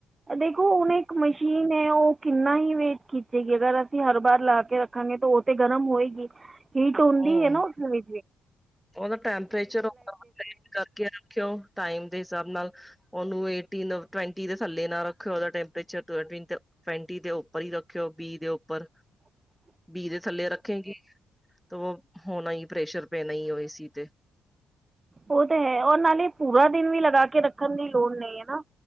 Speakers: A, on the right; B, in the centre.
A: ਦੇਖੋ ਹੁਣ ਇੱਕ ਮਸ਼ੀਨ ਹੈ ਉਹ ਇੰਨਾ ਹੀ ਵੇ ਖਿੱਚੇਗੀ ਅਗਰ ਅਸੀਂ ਹਰ ਵਾਰ ਲਾ ਕੇ ਰੱਖਾਂਗੇ ਤਾਂ ਉਹ ਤੇੇ ਗਰਮ ਹੋਏਗੀ ਹੀਟ ਹੁੰਦੀ
B: ਹਮ
A: ਹੈ ਨਾ ਉਸਠਣਾਵੇ
B: ਉਹਦਾ ਟੈਂਪਰੇਚਰ ਕਰਕੇ ਰੱਖਿਓ ਮ ਦੇ ਹਾਬ ਨਾਲਨੂੰਏਵਟੀ ਦੇ ਥੱਲੇ ਨਾਲ ਰੱਖਿ ਟਚ ਫੈਂਟੀ ਦੇ ਉੱਪਰ ਹੀ ਰੱਖਿਓ ਬੀ ਦੇ ਉੱਪਰ
A: ਹਾਂ
B: ਬੀ ਦੇ ਥੱਲੇ ਰੱਖੇਗੀ ਤਾਂ ਉਹ ਹੋਣਾ ਹੀ ਪ੍ਰੇਸ਼ਰ ਪੈਂ ਨਹੀਂ ਹੋਏ ਸੀ ਤੇ
A: ਉਹ ਤਾਂ ਹੈ ਔਰ ਨਾਲੇ ਪੂਰਾ ਦਿਨ ਵੀ ਲਗਾ ਕੇ ਰੱਖਣ ਦੀ ਲੋੜ ਨਹੀਂ ਹੈਾ